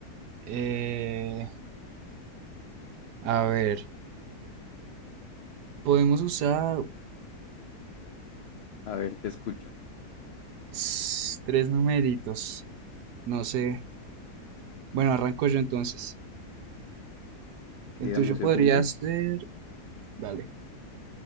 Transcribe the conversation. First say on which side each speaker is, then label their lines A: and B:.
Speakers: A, on the right; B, on the left.
A: Eh, A ver, podemos usar
B: A ver, te escucho.
A: ss, tres numeritos. No sé. Bueno, arranco yo entonces.
B: Ok,
A: El
B: dame
A: tuyo
B: un segundo.
A: podría ser... Dale.